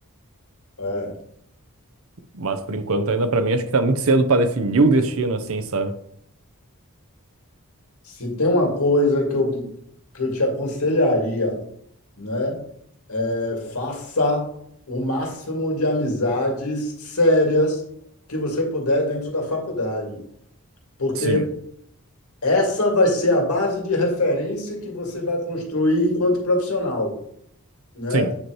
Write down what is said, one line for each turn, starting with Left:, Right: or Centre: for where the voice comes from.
Left: É,
Right: Mas por enquanto ainda para mim acho que tá muito cedo para definir o destino assim, sabe?
Left: se tem uma coisa que eu, que eu te aconselharia, né? é, faça o máximo de amizades sérias que você puder dentro da faculdade, porque
Right: Sim,
Left: essa vai ser a base de referência que você vai construir enquanto profissional, né?
Right: sim,